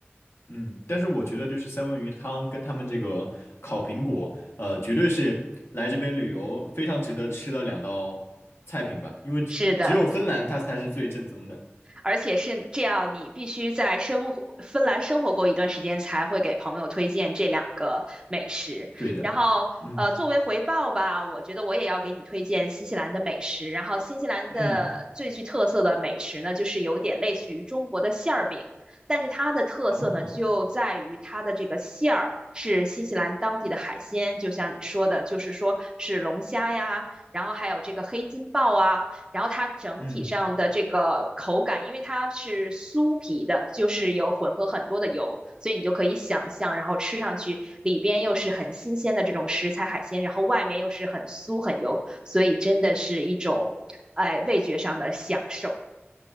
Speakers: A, on the left; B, on the right.
A: 嗯，但是我觉得就是三文鱼汤跟他们这个烤苹果，呃，绝对是来这边旅游非常值得吃的两道菜品吧，因为只只有芬兰它才是最正宗的。
B: 是的。而且是这样，你必须在生活芬兰生活过一段时间，才会给朋友推荐这两个美食。
A: 对的，
B: 然后，
A: 嗯
B: 呃，作为回报吧，我觉得我也要给你推荐新西兰的美食。然后，新西兰的最具特色的美食呢，
A: 嗯，
B: 就是有点类似于中国的馅儿饼，但是它的特色呢，
A: 哦，
B: 就在于它的这个馅儿是新西兰当地的海鲜，就像你说的，就是说是龙虾呀，然后还有这个黑金鲍啊。然后它整体上的这个口感，
A: 嗯。
B: 因为它是酥皮的，就是有混合很多的油，所以你就可以想象，然后吃上去里边又是很新鲜的这种食材海鲜，然后外面又是很酥很油，所以真的是一种，哎，味觉上的享受。